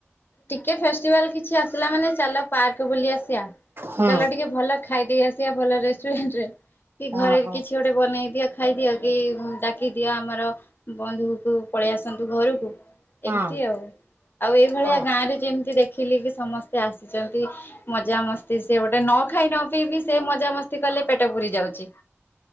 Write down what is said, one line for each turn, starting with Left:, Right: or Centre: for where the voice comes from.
Left: ଟିକେ ଫେଷ୍ଟିଭାଲ୍ କିଛି ଆସିଲା ମାନେ ଚାଲ ପାର୍କ ବୁଲି ଆସିଆ,
Right: ହୁଁ
Left: ଚାଲ ଟିକେ ଭଲ ଖାଇ ଦେଇେଦେଇ ଆସିଆ ଭଲ ରେଷ୍ଟୁରାଣ୍ଟ ରେ କି ଘରେ
Right: ଓହୋ
Left: କିଛି ଗୋଟେ ବନେଇଦିଅ ଖାଇଦିଅ କି ଡାକିଦିଅ ଆମର ବନ୍ଧୁକୁ ପଳେଇ ଆସନ୍ତୁ ଘରକୁ,
Right: ହଁ
Left: ଏମ୍ତି ଆଉ-ଆଉ ଏଇଭଳିଆ
Right: ହଁ।
Left: ଗାଁ ରେ ଯେମ୍ତି ଦେ ଖିଲିକି ସମସ୍ତେ ଆସିଚନ୍ତି। ମଜାମସ୍ତି ସେ ଗୋଟେ ନ ଖାଇ ନ ପିଇବି ସେ ମଜାମସ୍ତି କଲେ ପେଟ ପୁରି ଯାଉଚି।